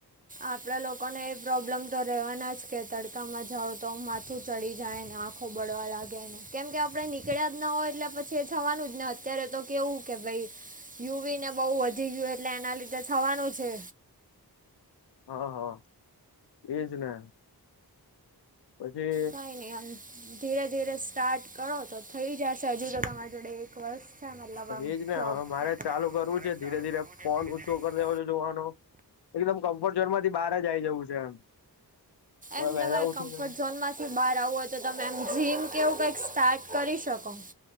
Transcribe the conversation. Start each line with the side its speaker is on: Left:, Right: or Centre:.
Right: આપણા લોકોને એ પ્રોબ્લેમ તો રહેવાના જ કે તડકામાં જાવ તો માથું ચડી જાય ને આમ. ખોબડવા લાગે એને કેમ કે આપડે નીકળ્યા જ ના હોય એટલે પછી એ થવાનું જ ને અત્યારે તો કેવું કે ભાઈ યુવી ને બહુ વધી ગયું એટલે એના લીધે થવાનું છે.
Left: હા હા ઇજ ને પછી.
Right: કંઈ નહીં આમ ધીરે ધીરે સ્ટાર્ટ કરો તો થઈ જશે હજુ તો તમારી જોડે એક વર્ષ મતલબ આ
Left: એજ ને
Right: જોબ
Left: મારે ચાલુ કરવું
Right: મારે
Left: છે ધીરે
Right: ચાલુ
Left: ધીરે
Right: <inaudible> કરવું છેરે
Left: ફોન ઓછો
Right: ફ કરી
Left: દેવો છે જોવાનો એકદમ કમ્ફર્ટ ઝોન માંથી બહાર જ આવી જવું છે એમ. હવે
Right: એમ
Left: વહેલા
Right: તમારે
Left: ઉઠીને
Right: કમ્ફર્ટ
Left: હા
Right: ઝોન માં. કે બહાર આવવું હોય તો તમે એમ જીમ કેવું કંઈક સ્ટાર્ટ કરી શકો.